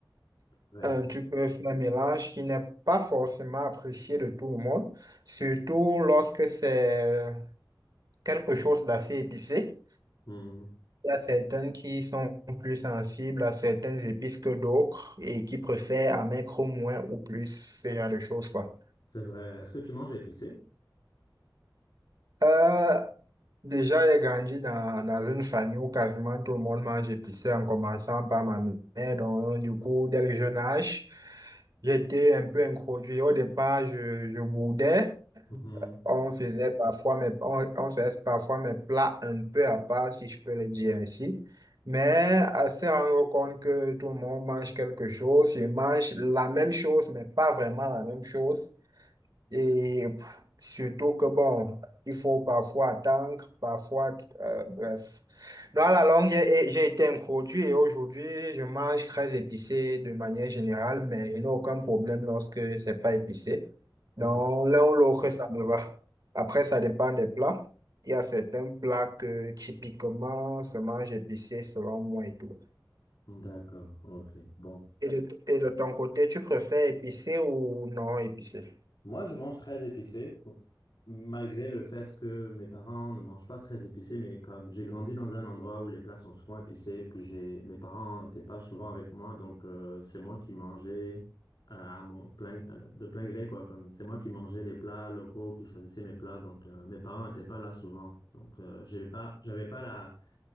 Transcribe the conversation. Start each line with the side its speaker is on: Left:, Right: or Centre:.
Left: Ouais.
Right: Euh, tu peux faire un mélange qui n'est pas forcément apprécié de tout le monde, surtout lorsque c'est euh, quelque chose d'assez épicé.
Left: Hmm,
Right: Il y a certaines qui sont plus sensibles à certaines épices que d'autres et qui préfèrent en mettre au moins ou plus, ce genre de choses, quoi.
Left: C'est vrai. Est-ce que tu manges épicé?
Right: Euh, déjà, j'ai grandi dans, dans une famille où quasiment tout le monde mange épicé en commençant par ma mère. Donc, du coup, dès le jeune âge, j'étais un peu introduit. Au départ, je, je boudais.
Left: Mhm.
Right: on faisait parfois mes, on, on faisait parfois mes plats un peu à part, si je peux le dire ainsi. Mais à se rendre compte que tout le monde mange quelque chose, je mange la même chose, mais pas vraiment la même chose. Et pff, surtout que bon, il faut parfois attendre, parfois, euh, bref. Dans la longue, j'ai j'ai été introduit et aujourd'hui, je mange très épicé de manière générale, mais je n'ai aucun problème lorsque c'est pas épicé.
Left: Mhm.
Right: Donc,
Left: D'ac-
Right: l'un ou l'autre, ça me va. Après, ça dépend des plats. Il y a certains plats que typiquement se mangent épicé selon moi et tout.
Left: D'accord, ok. Bon.
Right: Et de, et de ton côté, tu préfères épicé ou non épicé?
Left: Moi, je mange très épicé, pour- malgré le fait que mes parents ne mangent pas très épicé, mais comme j'ai grandi dans un endroit où les plats sont souvent épicés, puis j'ai mes parents n'étaient pas souvent avec moi, donc euh, c'est moi qui mangeais à, à mon plein, à la- de plein gré, quoi. Comme c'est moi qui mangeais les plats locaux, qui choisissais mes plats, donc euh, mes parents n'étaient pas là souvent, donc euh, j'avais pas, j'avais pas la